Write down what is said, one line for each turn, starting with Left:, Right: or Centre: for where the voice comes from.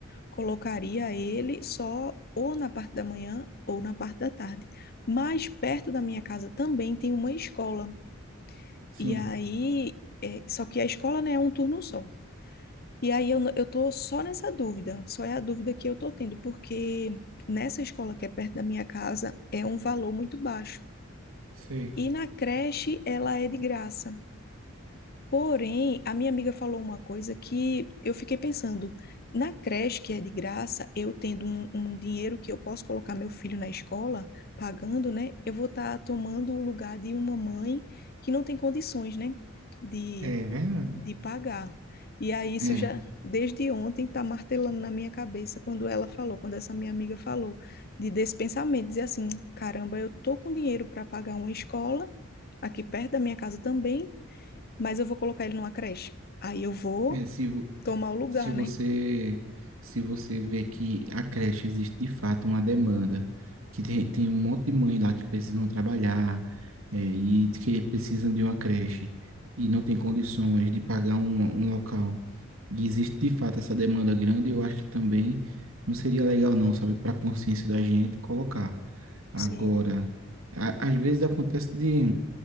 Left: Colocaria ele só ou na parte da manhã ou na parte da tarde. Mas perto da minha casa também tem uma escola.
Right: Sim,
Left: E aí, é, só que a escola, né, é um turno só. E aí eu, n- eu tô só nessa dúvida, só é a dúvida que eu tô tendo, porque nessa escola que é perto da minha casa é um valor muito baixo.
Right: sei.
Left: E na creche ela é de graça. Porém, a minha amiga falou uma coisa que eu fiquei pensando. Na creche que é de graça, eu tendo um, um dinheiro que eu posso colocar meu filho na escola, pagando, né? Eu vou estar tomando o lugar de uma mãe que não tem condições, né? de
Right: É verdade.
Left: de pagar. E aí isso
Right: É.
Left: já desde ontem está martelando na minha cabeça quando ela falou, quando essa minha amiga falou de desse pensamento, dizer assim, caramba, eu tô com dinheiro para pagar uma escola aqui perto da minha casa também, mas eu vou colocar ele numa creche. Aí eu vou
Right: É, se,
Left: tomar o lugar,
Right: Se você,
Left: né?
Right: se você vê que a creche existe de fato uma demanda, que tem, tem um monte de mãe lá que precisam trabalhar, é, e que precisam de uma creche, e não tem condições de pagar um, um local, e existe de fato essa demanda grande, eu acho que também não seria legal não, sabe, para a consciência da gente colocar. Agora,
Left: Sim,
Right: a- às vezes acontece de,